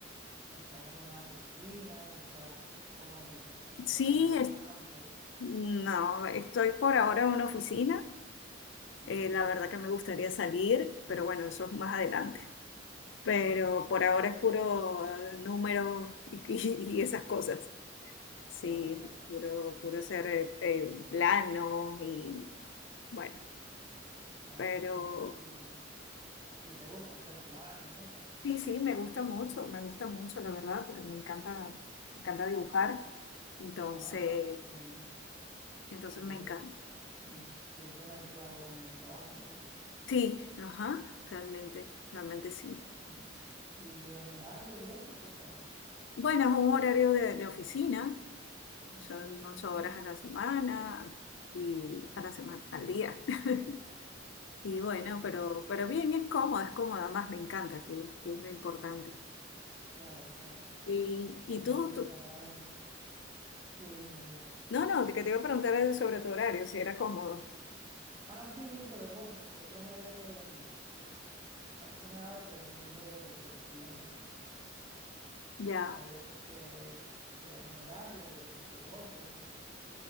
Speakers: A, on the right; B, on the left.
A: estás en una oficina? ¿Estás, cómo es eso?
B: Sí,
A: ¿O sales a
B: es-
A: campo?
B: no, estoy por ahora en una oficina.
A: Ok,
B: Eh, la verdad que me gustaría salir, pero bueno, eso es más adelante. pero
A: sí.
B: por
A: Claro,
B: ahora es puro eh, número y, y- y esas cosas. Sí,
A: claro, claro.
B: puro, puro ser eh, eh,
A: Mm,
B: plano y bueno,
A: claro.
B: pero
A: ¿Y, y, y te gusta hacer planos y eso?
B: sí, sí, me gusta mucho, me gusta mucho, la verdad, porque me encanta, me encanta dibujar. Entonces,
A: Ah, mira, qué bien.
B: entonces
A: Entonces,
B: me encanta.
A: mm, diste en el clavo con el trabajo, entonces.
B: Sí, ajá, realmente, realmente sí.
A: Ujú. ¿Y el horario y eso, qué tal?
B: Bueno, es un horario de, de oficina,
A: Mm,
B: son ocho horas a la semana y a la semana, al día. <laughs> Y bueno,
A: claro,
B: pero, pero bien, es cómodo, es cómodo, además me encanta, sí, sí, es lo importante.
A: claro, claro.
B: Y,
A: Imagino
B: y tú,
A: que estará...
B: tú,
A: Sí, dime, dime.
B: no, no, que te iba a preguntar es sobre tu horario, si era cómodo.
A: Ah, sí, pero bueno, nosotros eh, más que nada dependiendo de- del cliente, pues.
B: Ya,
A: Hay veces que, que es un horario, hay veces que es otro,